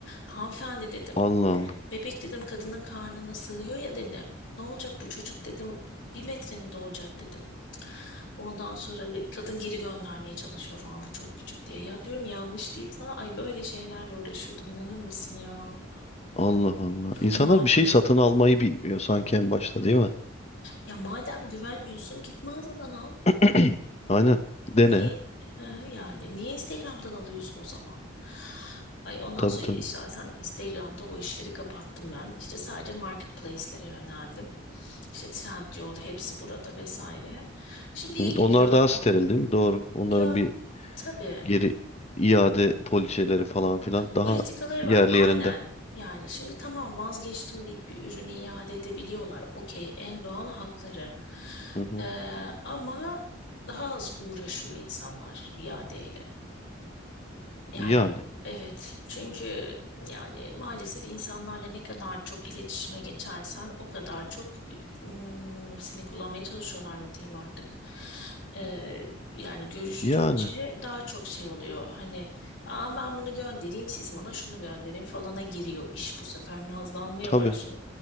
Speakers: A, on the left; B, on the left.
A: Hanımefendi dedim.
B: Allah Allah.
A: Bebek dedim kadının karnına sığıyor ya dedim. Ne olacak bu çocuk dedim. Bir metre mi doğacak dedim. Ondan sonra kadın geri göndermeye çalışıyor falan bu çok küçük diye. Ya diyorum yanlış değil falan. Ay böyle şeylerle uğraşıyordum inanır mısın ya?
B: Allah Allah.
A: Çok
B: İnsanlar
A: manasız.
B: bir şey satın almayı bilmiyor sanki en başta değil mi?
A: Ya madem güvenmiyorsun git mağazadan al.
B: <clears throat> Aynen. Dene.
A: Niye Ha, yani niye Instagram'dan alıyorsun o zaman? Ay ondan
B: Tabii
A: sonra
B: tabii.
A: zaten Instagram'da o işleri kapattım ben. İşte sadece marketplace'lere yöneldim. İşte Trendyol hepsi burada vesaire. Şimdi iyi
B: Hı,
A: gidiyor.
B: Onlar daha steril değil mi? Doğru. Onların
A: Ya
B: bir
A: tabii
B: geri iade poliçeleri falan filan daha
A: politikaları
B: yerli
A: var aynen.
B: yerinde.
A: Yani şimdi tamam vazgeçtim deyip bir ürünü iade edebiliyorlar. Okey en doğal hakları.
B: Hı hı.
A: Ee, ama daha az uğraşıyor insanlar iadeyle. Yani
B: Yani
A: evet çünkü yani maalesef insanlarla ne kadar çok iletişime geçersen o kadar çok ım, seni kullanmaya çalışıyorlar mı diyeyim artık. Ee, yani görüştükçe
B: yani
A: daha çok şey oluyor. Hani Aa, ben bunu göndereyim siz bana şunu gönderin falana giriyor iş bu sefer nazlanmaya
B: tabii
A: başlıyor.